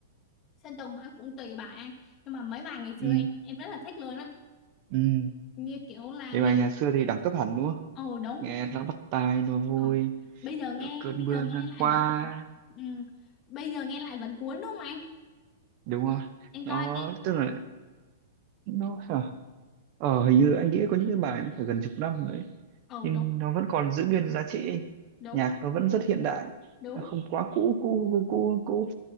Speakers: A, on the left (about 25°); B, on the right (about 40°).
A: Sơn Tùng à, cũng tùy bài anh nhưng mà mấy bài ngày
B: Ừ,
A: xưa em em rất là thích luôn á
B: ừ.
A: như kiểu là
B: Nhưng
A: nghe
B: mà nhà xưa thì đẳng cấp hẳn đúng không?
A: ồ đúng
B: Nghe nó bắt tai, nó vui,
A: Ờ. bây giờ nghe
B: cơn
A: bây
B: mưa
A: giờ nghe
B: ngang
A: lại
B: qua,
A: vẫn ừ. bây giờ nghe lại vẫn cuốn đúng không anh
B: đúng không?
A: em coi
B: Nó
A: nghe
B: tức là nó ờ, hình như anh nghĩ có những cái bài nó phải gần chục năm
A: Ồ
B: nhưng
A: đúng
B: nó vẫn còn giữ nguyên giá trị ấy.
A: đúng
B: nhạc nó vẫn rất hiện đại
A: đúng
B: nó không quá cũ cũ cũ cũ cũ